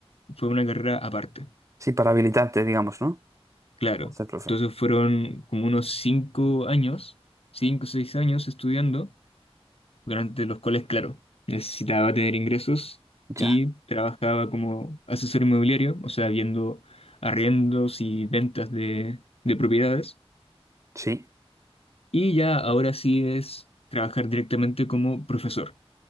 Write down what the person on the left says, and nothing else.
fue una carrera aparte,
claro.
Entonces fueron como unos cinco años, cinco o seis años estudiando durante los cuales, claro, necesitaba tener ingresos y
trabajaba como asesor inmobiliario, o sea, viendo arriendos y ventas de, de propiedades.
Y ya ahora sí es trabajar directamente como profesor.